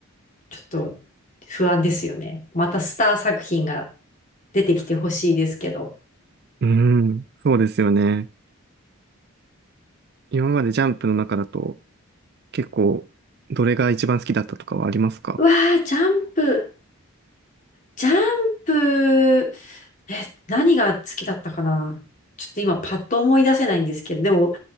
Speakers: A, on the left; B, on the right.
A: ちょっと不安ですよね。またスター作品が出てきてほしいですけど。
B: うん、そうですよね。今までジャンプの中だと、結構、どれが一番好きだったとかはありますか
A: うわー、ジャンプ、ジャンプ、え、何が好きだったかなちょっと今パッと思い出せないんですけど、でも